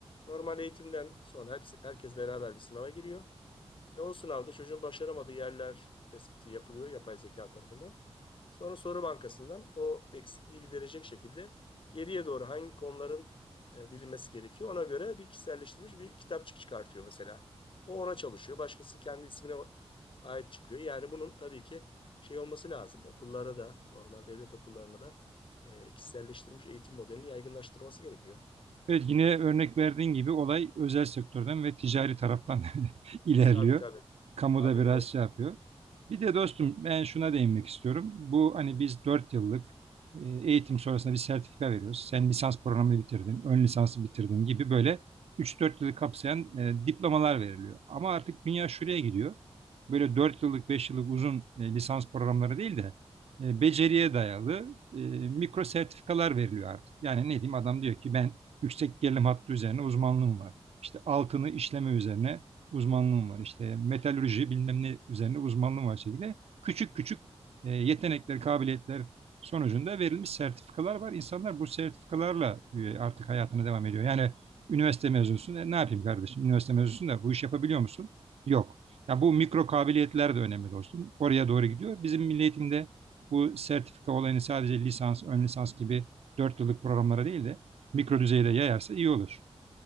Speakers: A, on the left; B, on the right.
A: Normal eğitimden sonra hepsi, herkes beraber bir sınava giriyor. Ve o sınavda çocuğun başaramadığı yerler tespiti yapılıyor yapay zeka tarafından. Sonra soru bankasından o eksikliği giderecek şekilde geriye doğru hangi konuların e, bilinmesi gerekiyor. Ona göre bir kişiselleştirilmiş bir kitapçık çıkartıyor mesela. O ona çalışıyor. Başkası kendi ismine ait çıkıyor. Yani bunun tabii ki şey olması lazım. Okullara da, normal devlet okullarına da e, kişiselleştirilmiş eğitim modelini yaygınlaştırması gerekiyor.
B: Evet, yine örnek verdiğin gibi olay özel sektörden ve ticari taraftan <laughs> ilerliyor.
A: Tabii tabii.
B: Kamuda
A: Abi
B: biraz
A: mo-
B: şey yapıyor. Bir de dostum ben şuna değinmek istiyorum. Bu hani biz 4 yıllık e, eğitim sonrasında bir sertifika veriyoruz. Sen lisans programını bitirdin, ön lisansı bitirdin gibi böyle üç dört yılı kapsayan e, diplomalar veriliyor. Ama artık dünya şuraya gidiyor. Böyle 4 yıllık, 5 yıllık uzun e, lisans programları değil de e, beceriye dayalı e, mikro sertifikalar veriliyor artık. Yani ne diyeyim adam diyor ki ben yüksek gerilim hattı üzerine uzmanlığım var. İşte altını işleme üzerine uzmanlığım var. İşte metalürji bilmem ne üzerine uzmanlığım var şekilde. Küçük küçük e, yetenekler, kabiliyetler sonucunda verilmiş sertifikalar var. İnsanlar bu sertifikalarla e, artık hayatına devam ediyor. Yani üniversite mezunsun. E, ne yapayım kardeşim? Üniversite mezunsun da bu iş yapabiliyor musun? Yok. Ya bu mikro kabiliyetler de önemli dostum. Oraya doğru gidiyor. Bizim milli eğitimde bu sertifika olayını sadece lisans, ön lisans gibi 4 yıllık programlara değil de mikro düzeyde yayarsa iyi olur.